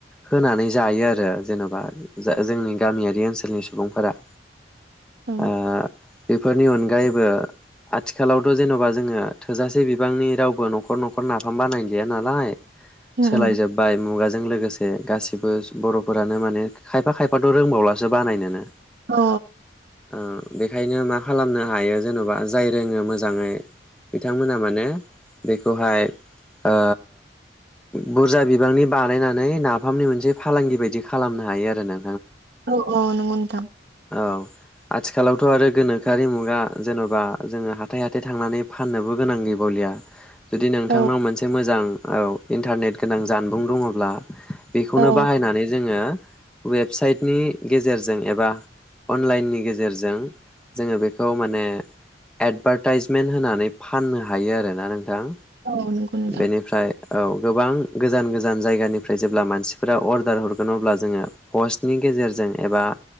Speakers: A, in the centre; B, on the right.
A: होनानै जायो आरो जेन'बा ज जोंनि गामियारि ओनसोलनि सुबुंफोरा।
B: ओं।
A: ओ बेफोरनि अनगायैबो आथिखालावथ' जेन'बा जोङो थोजासे बिबांनि रावबो न'खर न'खर नाफाम बानाय गैया नालाय
B: उम
A: सोलायजोबबाय
B: उम
A: मुगाजों लोगोसे। जे गासिबोस बर'फोरानो माने खायफा खायफ फाथ' रोंबावलासो बानायनोनो।
B: औ
A: ओं बेख ओंखायनो मा खालामनो हायो जेन'बा जाय रोङो मोजाङै बिथांमोना माने बेखौहाय ओ बुरजा बिबांनि बानायनानै नाफामनि मोनसे फालांगि बायदि खालामनो हायो आरो नों।
B: औ औ नोंगौ नोंथां।
A: औ आथिखालावथ' आरो गोनोखोआरि मुगा जेन'बा जोङो हाथाइ हाथाइ थांनानै फाननोबो गोनां गैबावलिया। जुदि नोंथांनाव
B: औ
A: मोनसे मोजां औ इन्टारनेट गोनां जानबुं दङब्ला बेखौनो
B: औ
A: बाहायनानै जोङो वेबसाइटनि गेजेरजों एबा अनलाइननि गेजेरजों जोङो बेखौ माने एडभारटाइजमेन्ट होनानै फाननो हायो आरोना नोंथां।
B: औ नंगौ नोंथां
A: बेनिफ्राय औ गोबां गोजान गोजान जायगानिफ्राय जेब्ला मानसिफोरा अर्डार हरगोन अब्ला जोङो पस्टनि गेजेरजों एबा